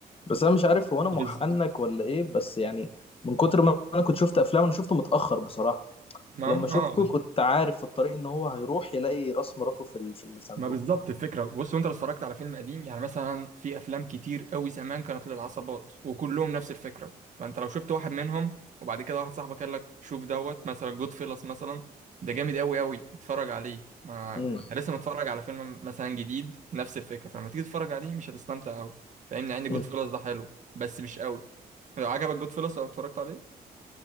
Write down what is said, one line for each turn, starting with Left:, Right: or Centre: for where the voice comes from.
Left: بس انا مش عارف هو انا محنك
Right: بز
Left: ولا ايه بس يعني من كتر ما انا كنت شفت افلام انا شفته متاخر بصراحه
Right: ما
Left: لما
Right: هو
Left: شفته
Right: اه
Left: كنت عارف في الطريق ان هو هيروح يلاقي راس مراته في ال- في الصندوق
Right: ما بالظبط الفكره بص وانت لو اتفرجت على فيلم قديم يعني مثلا في افلام كتير قوي زمان كانت للعصابات وكلهم نفس الفكره فانت لو شفت واحد منهم وبعد كده واحد صاحبك قال لك شوف دوت مثلا جود فيلس مثلا ده جامد قوي قوي اتفرج عليه ما
Left: امم
Right: ما انت لسه متفرج على فيلم مثلا جديد نفس الفكره فلما تيجي تتفرج عليه مش هتستمتع قوي فاهمني عندي جود
Left: أمم.
Right: فيلس ده حلو بس مش قوي لو عجبك جود فيلس او اتفرجت عليه